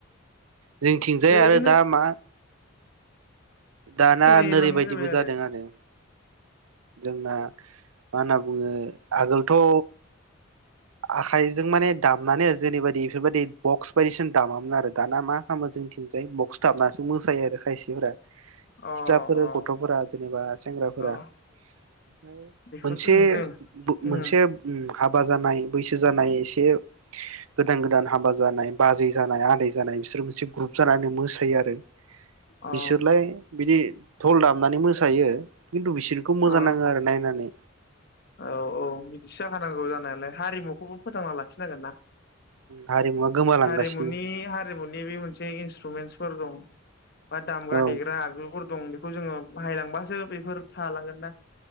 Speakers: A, on the right; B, on the left.
A: जोंनिथिंजाय
B: बेबायदिनो
A: आरो दा मा। दाना
B: सोलायलांनाय
A: नोरैबायदिबो
B: जाबाय
A: जादों आरो। जोंना मा होनना बुङो आगोलथ'। आखाइजों माने दामनानै जेनैबादि बेफोरबायदि बक्स बायदिसिना दामामोन आरो दाना मा खालामो जोंनिथिंजाय बक्स दामनासो मोसायो आरो खायसेफोरा।
B: अ
A: सिख्लाफोर
B: अ
A: गथ'फोरा जेनेबा सेंग्राफोरा
B: अ
A: ओमफ्राय
B: बेखौथ'
A: मोनसे
B: नुदों
A: मोनसेब।
B: उम
A: हाबा जानाय बैसो जानाय एसे गोदान गोदान हाबा जानाय, बाजै जानाय, आदै जानाय बिसोर मोनसे ग्रुप जानानै मोसायो आरो।
B: अ
A: बिसोरलाय बिदि। दल दामनानै मोसायो। खिन्थु बिसोरखौ मोजां
B: अ
A: नाङो आरो नायनानै।
B: औ औ बिदिसो जाखानांगौ जानायालाय, हारिमुखौबो फोथांना लाखिनांगोन ना।
A: हारिमुवा गोमालांगासिनो
B: हारिमुनि हारिमुनि बे मोनसे इन्सट्रुमेन्स। फोर दं। बा दामग्रा-देग्रा
A: औ
B: आगजुफोर। दं, बेखौ जोङो बाहायलांबासो बेफोर थालांगोन ना।